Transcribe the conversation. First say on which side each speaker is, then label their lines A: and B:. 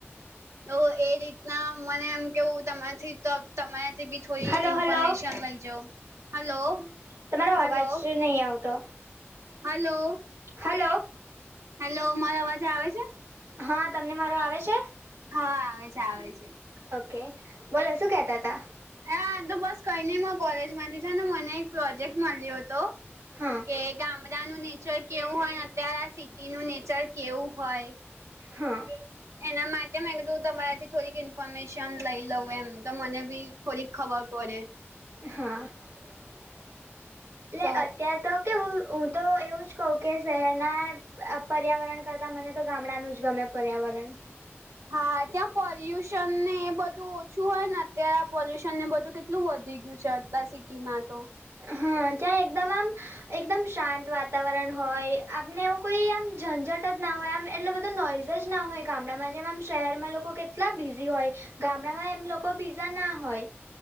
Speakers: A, on the right (about 85°); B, on the right (about 70°).
A: તો એ રીતના મને એમ કેવું તમારીથી તો તમારાથી બી થોડી
B: હલો
A: ઇન્ફોર્મેશન
B: હલો
A: લઈજો હલો
B: તમારો
A: હલો
B: અવાજ નહીં આવતો
A: હલો
B: હલો
A: હેલો મારો અવાજે આવે છે
B: હા તમને મારો આવે છે
A: હા આવે છે આવે છે
B: ઓકે બોલો શું કેતા હતા
A: હા તો બસ કઈ નઈ માર કોલેજમાંથી જ ને મને એક પ્રોજેક્ટ મળ્યો હતો
B: હા
A: કે ગામડાનું નેચર કેવું હોય અત્યારે સિટીનું નેચર કેવું હોય
B: હા.
A: એમ. એના માટે મેં કીધું તમારાથી થોડીક ઇન્ફોર્મેશન લઈ લઉં એમ તો મને બી થોડીક ખબર પડે.
B: હા એટલે
A: તો
B: અત્યારે તો તે હું-હું તો એવું જ કહું કે શહેરના આપ પર્યાવરણ કરતા મને તો ગામડાનું જ ગમે પર્યાવરણ.
A: હા ત્યાં પોલ્યુશન ને એ બધું ઓછું હોય ને અત્યારે આ પોલ્યુશન ને બધું કેટલું વધી ગયું છે. તા સી કી મા તો
B: હા ત્યાં એકદમ આમ એકદમ શાંત વાતાવરણ હોય આપને એવું કોઈ આમ ઝંઝટ જ ના હોય આમ એટલો બધો નોઈઝ જ ના હોય ગામડામાં જેમ આમ શહેરમાં લોકો કેટલા બિઝી હોય. ગામડામાં એમ લોકો બીજા ના હોય.